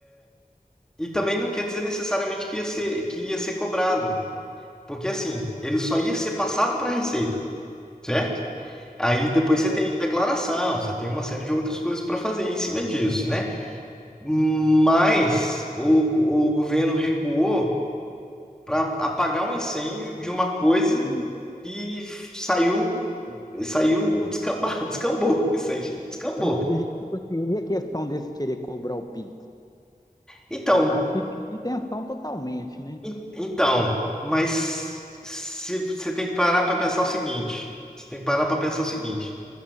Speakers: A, in the centre; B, on the left (about 25°).
A: E também não quer dizer necessariamente que ia ser, que ia ser cobrado. Porque assim, ele só ia ser passado para a Receita, certo? Aí depois você
B: é.
A: tem declaração, você tem uma série de outras coisas para fazer em cima disso, né? Mas o, o governo recuou para apagar um incêndio de uma coisa
B: Sim.
A: que saiu, saiu descambar, <laughs> descambou, isso aí descambou.
B: Mas, e, tipo assim, e a questão desse querer cobrar o Pix?
A: Então,
B: Você sabe que tinha intenção totalmente, né?
A: en- então, mas se- você tem que parar para pensar o seguinte, você tem que parar para pensar o seguinte,